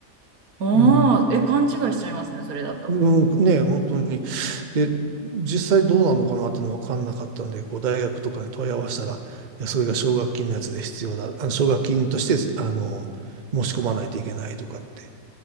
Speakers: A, on the right; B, on the right.
A: ああ、
B: うん。
A: え、勘違いしちゃいますね、それだと。
B: うん、ね、本当に。で、実際どうなのかなっていうのは分かんなかったんで、こう大学とかに問い合わせたら、いや、それが奨学金のやつで必要だ。あの奨学金として、あの、申し込まないといけないとかって